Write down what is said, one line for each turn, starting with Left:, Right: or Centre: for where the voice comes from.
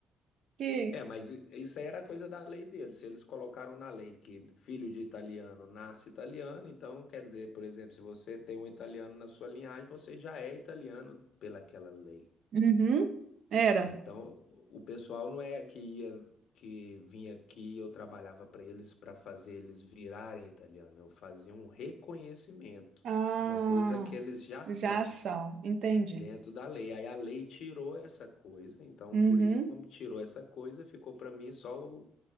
Right: que
Left: É, mas i- isso aí era coisa da lei deles. Se eles colocaram na lei que filho de italiano nasce italiano, então quer dizer, por exemplo, se você tem um italiano na sua linhagem, você já é italiano pelaquela lei.
Right: Uhum, era.
Left: Então, o pessoal não é que ia, que vinha aqui, eu trabalhava para eles para fazer eles virarem italiano. Eu fazia um reconhecimento
Right: Ah,
Left: de uma coisa que eles já são
Right: já são, entendi.
Left: dentro da lei. Aí a lei tirou essa coisa, então
Right: Uhum,
Left: por isso como tirou essa coisa, ficou para mim só o,